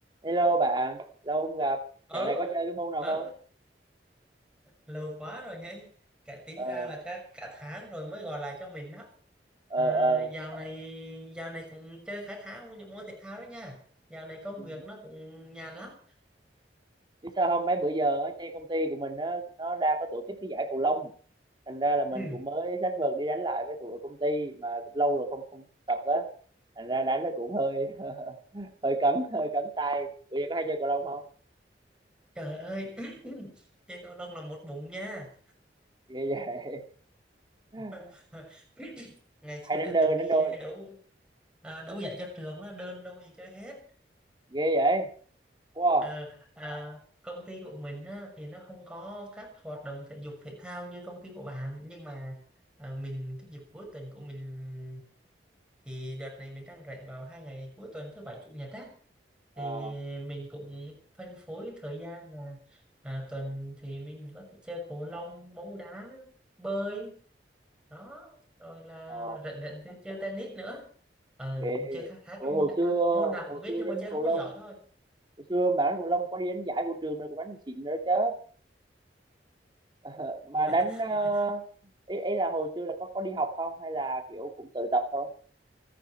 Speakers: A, on the right (about 25°); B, in the centre.
A: Hello bạn, lâu không gặp.
B: ờ
A: Dạo này có chơi cái môn nào
B: ờ
A: không?
B: lâu quá rồi nhé cả tính
A: Ờ,
B: ra là cả cả tháng rồi mới gọi lại cho mình đó
A: ờ,
B: à,
A: ờ.
B: dạo này dạo này cũng chơi khá khá những môn thể thao đó nha dạo này công
A: ừ.
B: việc nó cũng nhàn lắm
A: Biết sao không? Mấy bữa giờ á, trên công ty của mình á, nó đang có tổ chức cái giải cầu lông. Thành ra là mình
B: ừ.
A: cũng mới sách vợt đi đánh lại với tụi ở công ty mà cũng lâu rồi không không tập á. Thành ra đánh nó cũng hơi <laughs> hơi cấn, hơi cấn tay. Bữa giờ có hay chơi cầu lông không?
B: trời ơi <clears throat> <coughs> chơi cầu lông là một bụng nha
A: Ghê vậy. <laughs>
B: <laughs> ngày
A: Hay
B: xưa
A: đánh
B: đã
A: đơn
B: từng
A: hay
B: đi
A: đánh đôi?
B: đấu à, đấu giải cho trường đó đơn đâu gì chơi hết
A: Ghê vậy. Wow.
B: Ờ, à, công ty của mình á, thì nó không có các hoạt động thể dục thể thao như công ty của bạn nhưng mà à, mình cái dịp cuối tuần của mình thì đợt này mình đang rảnh vào hai ngày cuối tuần thứ bảy chủ nhật á
A: Ờ,
B: thì mình cũng phân phối thời gian là à, tuần thì mình có thể chơi cầu lông bóng đá bơi đó rồi là
A: ờ,
B: rảnh rảnh thì chơi tennis nữa Ờ,
A: ghê.
B: cũng chơi khá khá
A: Ủa,
B: các môn
A: hồi
B: thể
A: xưa
B: thao môn nào
A: hồi
B: cũng biết
A: xưa
B: nhưng
A: đánh
B: mà chơi
A: cầu
B: không
A: lông
B: có giỏi thôi
A: Hồi xưa bạn đánh cầu lông có đi đánh giải của trường rồi cũng đánh xịn nữa chứ <laughs> Ờ, mà đánh
B: <laughs>
A: ờ, ý, ý là hồi xưa là có có đi học không hay là kiểu cũng tự tập thôi